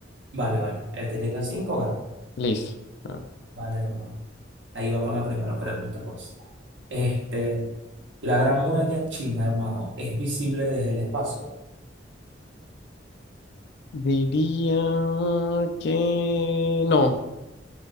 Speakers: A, on the right; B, on the left.
A: Vale, vale. El que llegue a cinco gana.
B: Listo. Ah,
A: Vale, hermano. Ahí va con la primera pregunta, pues. Este, la Gran Muralla China, hermano, es visible desde el espacio.
B: Diría que no.